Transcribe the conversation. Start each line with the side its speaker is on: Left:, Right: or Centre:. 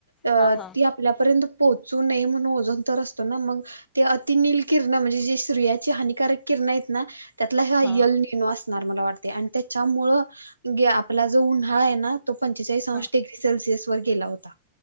Right: अ
Left: हा हा
Right: ती आपल्यापर्यंत पोहोचू नये म्हणून ओजन तर असतो ना मग. ते अतिनल किरण म्हणजे जे स््रियाची हानिकारक किरण आहेत ना. त्यातला ह यल
Left: हा
Right: ननो असणार मला वाटते आणि त्याच्यामुळे आपला जो उन्हाळा आहे ना. तो पंचेचाळीस अंश
Left: हा
Right: डग्री सेल्सिअस व गेला होता.